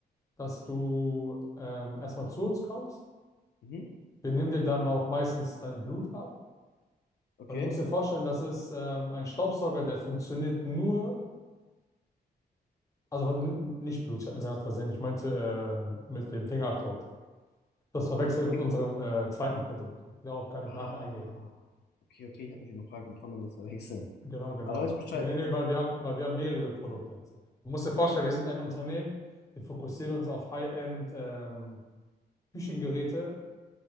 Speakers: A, on the left; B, on the left.
A: dass du ähm, erstmal zu uns kommst.
B: Mhm.
A: Wir nehmen dir dann auch meistens dein Blut ab,
B: Okay.
A: weil du musst dir vorstellen, das ist ähm, ein Staubsauger, der funktioniert nur, also n- nicht Blut, ich habe mir gerade versehen, ich meinte ähm, mit dem Fingerabdruck. Das verwechselt mit
B: Ping.
A: unserem äh, zweiten Produkt. Darauf kann
B: Ah.
A: ich nachher eingehen.
B: Okay, okay, ich habe mich schon gefragt, wie kann man das verwechseln?
A: Genau, genau.
B: Aber da weiß ich Bescheid.
A: Nee, nee, nee, weil wir haben, weil wir haben mehrere Produkte. Du musst dir vorstellen, wir sind ein Unternehmen, wir fokussieren uns auf High-End ähm, Küchengeräte,